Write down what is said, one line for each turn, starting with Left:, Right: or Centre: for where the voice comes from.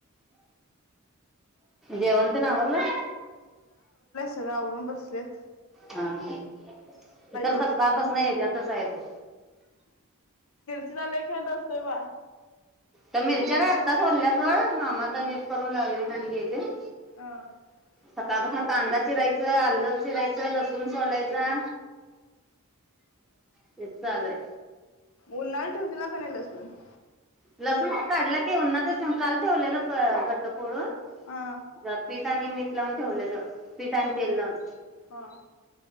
Centre: जेवण तेन आवरलं.
Left: सगळ आवरून बसलेस.
Centre: हा मी तर सकाकाळपासन
Left: होती तिला
Centre: हेच्यातच हाय बघ
Left: तिचा लई खाट असतोय बा.
Centre: तर मिरच्या आत्ता सोल्यास होय, मामा आत्ता नीट करून लावल्यात आणि गेलीत.
Left: ह
Centre: सकाळपासून कांदा चिरायचं आलं चिरायचं लसूण सोलायचा. तेच चालू हाय.
Left: उन्हाला ठेवचीला कणी लसूण. <inaudible>
Centre: लसूण काढला की उन्हातच काल काल ठेवलेलं गट्ट फोडून.
Left: हा
Centre: जरा पीठ आणि मीटलावून ठेवलेलं पीठ
Left: हा
Centre: आणि तेल लावून.
Left: हा